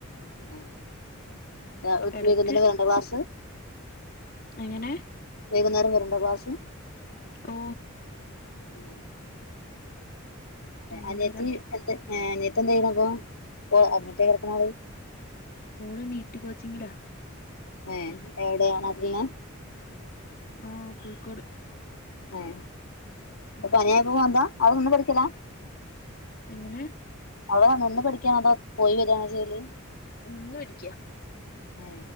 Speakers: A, on the left; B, on the left.
A: <unintelligible>
B: എടക്ക്
A: വേണ്ട ക്ലാസ്സ്‌
B: എങ്ങനെ
A: വൈകുന്നേരം വരണ്ടക്ലാസ്
B: ഓ
A: പിന്നെ
B: മൂന്നര
A: അനിയത്തി എന്താ ഏ അനിയത്തിന്താ ചെയ്യണപ്പോ അഡ്മിറ്റായി കിടക്കണാള്
B: ഓള് നീറ്റ് കോച്ചിങ്ങിലാ
A: ഏ എവിടെയാ നാട്ടിലെന്നെ
B: ആഹ കോഴിക്കോട്
A: ആഹ
B: ഉം
A: അപ്പൊ പനിയായിപ്പോ പോന്നതാ അവിടെ നിന്ന് പഠിക്കല
B: എങ്ങനെ
A: അവള നിന്ന് പഠിക്കാനോ അതോ പോയി വരിയാണോ ചെയ്യല്
B: നിന്ന് പഠിക്കാ
A: ഹ്